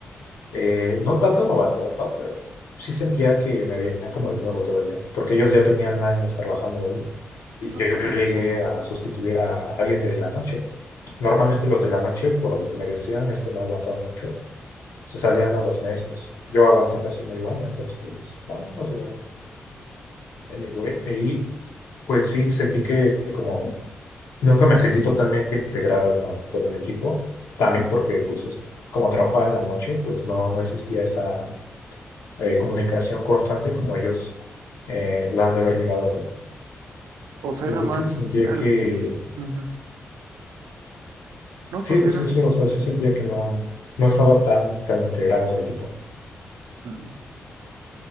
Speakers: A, on the left; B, on the right.
A: Eh, no tanto novato, ¿no? pero sí sentía que me veían como el nuevo todavía, porque ellos ya tenían años trabajando ahí y
B: ok.
A: yo llegué a sustituir a alguien de la noche. Normalmente los de la noche, por lo que me decían, es que no aguantaban mucho, se salían a los meses. Yo aguanté casi medio año, entonces, bueno, más o menos. Anyway, y pues sí, sentí que como nunca me sentí totalmente integrado con, con el equipo, también porque pues es- como trabajaba en la noche, pues no, no existía esa eh, comunicación constante como ellos eh, la han de haber llegado a tener.
B: O sea,
A: Y
B: era
A: pues
B: más
A: sí, sentía
B: el...
A: que,
B: ujú. No,
A: sí,
B: continúa.
A: sí, sí, o sea, sí sentía que no, no estaba tan, tan integrado el equipo.
B: Ujú.